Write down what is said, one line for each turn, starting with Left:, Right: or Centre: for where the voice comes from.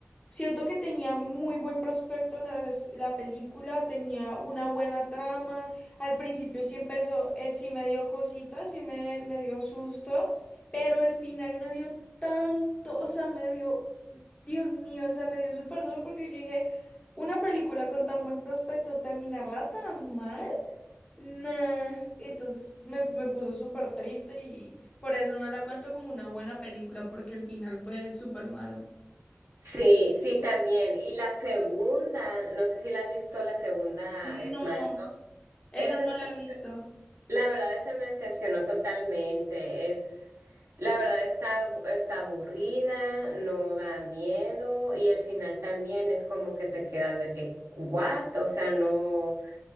Left: Siento que tenía muy buen prospecto las- la, película, tenía una buena trama. Al principio sí empezó, eh, sí me dio cositas, sí me, me dio susto, pero el final me dio tanto, o sea, me dio, Dios mío, o sea, me dio súper duro porque yo dije, una película con tan buen prospecto, terminarla tan mal. Nah, entonces me, me puso súper triste y por eso no la cuento como una buena película, porque el final fue súper malo.
Right: Sí, sí, también. Y la segunda, no sé si la has visto, la segunda,
Left: No,
Right: Smile.
Left: esa
Right: esa
Left: no
Right: está.
Left: la he visto.
Right: La verdad, esa me decepcionó totalmente. Es, la verdad está, abu- está aburrida, no da miedo y el final también es como que te quedas de que, what? O sea, no,